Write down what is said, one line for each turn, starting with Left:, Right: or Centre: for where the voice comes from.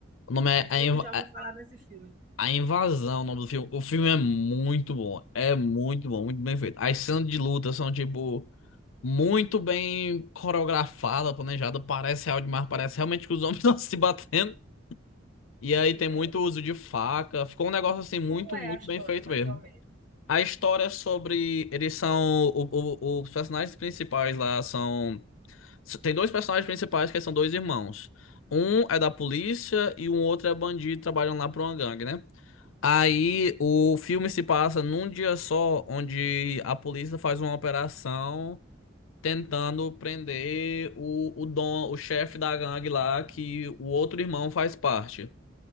Left: O nome é
Right: Aí
Left: A,
Right: eu
Left: Inv-
Right: já ouvi
Left: A-
Right: falar desse filme.
Left: A Invasão, o nome do filme. O filme é muito bom. É muito bom, muito bem feito. As cenas de luta são tipo. Muito bem coreografada, planejada. Parece real demais, parece realmente que os homens <laughs> estão se batendo. E aí
Right: E,
Left: tem muito
Right: eh,
Left: uso de faca. Ficou um negócio assim muito,
Right: como é
Left: muito
Right: a história,
Left: bem feito
Right: mais
Left: mesmo.
Right: ou menos?
Left: A história é sobre. Eles são. o- o- os personagens principais lá são. Tem dois personagens principais que são dois irmãos. Um é da polícia e um outro é bandido, trabalham lá pra uma gangue, né? Aí o filme se passa num dia só, onde a polícia faz uma operação tentando prender o, o dom, o chefe da gangue lá, que o outro irmão faz parte.